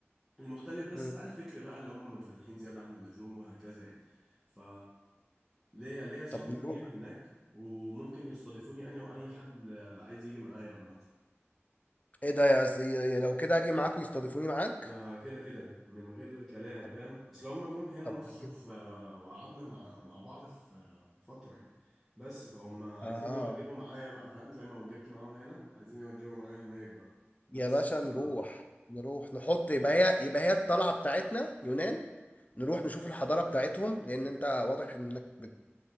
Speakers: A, in the centre; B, on the left.
A: المختلف بس
B: مم.
A: بقى الفكر بقى اللي هم منفتحين زيادة عن اللزوم وهكذا يعني ف ليا ليا أصحابي
B: طب نروح
A: كتير هناك وممكن يستضيفوني أنا وأي حد عايز يجي معايا عامة
B: ايه ده يا سي... يا لو كده اجي معاك ويستضيفوني معاك
A: ده كده كده من غير كلام
B: طب
A: فاهم اصل هما جم هنا
B: طب
A: مصر
B: ده جامد
A: وف... وقعدنا مع... مع بعض في فترة يعني بس فهم عايزين
B: اه
A: يوجبوا معايا بقى فاهم زي ما وجبت معاهم هنا عايزين يوجبوا معايا هناك بقى بس
B: يا باشا نروح
A: آه،
B: نروح نحط يبقى هي يبقى هي الطلعه بتاعتنا يونان نروح نشوف الحضاره بتاعتهم لان انت واضح انك بت